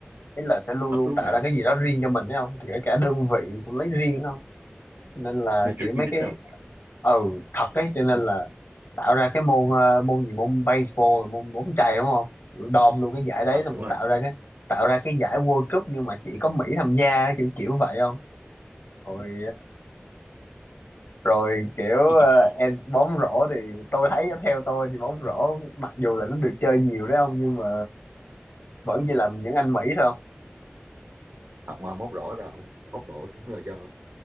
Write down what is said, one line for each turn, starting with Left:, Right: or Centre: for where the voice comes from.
Left: ý là sẽ luôn
Right: Ờ,
Left: luôn
Right: đúng
Left: tạo
Right: rồi
Left: ra
Right: hả?
Left: cái gì đó riêng cho mình ấy không thì kể cả đơn vị cũng lấy riêng không nên là
Right: Matrix
Left: kiểu mấy
Right: Unit
Left: cái
Right: sao
Left: ừ thật ấy cho nên là tạo ra cái môn ờ, môn gì môn baseball là môn bóng chày đúng không kiểu đom luôn cái giải đấy
Right: ừ
Left: xong
Right: đúng
Left: rồi
Right: rồi
Left: tạo ra cái tạo ra cái giải World Cup nhưng mà chỉ có Mỹ tham gia kiểu kiểu vậy không rồi rồi kiểu ờ,
Right: <laughs>
Left: em bóng rổ thì tôi thấy á, theo tôi thì bóng rổ mặc dù là nó được chơi nhiều đấy không nhưng mà vẫn chỉ là những anh Mỹ thôi
Right: Ờ, mà móc rổ là móc rổ cũng là do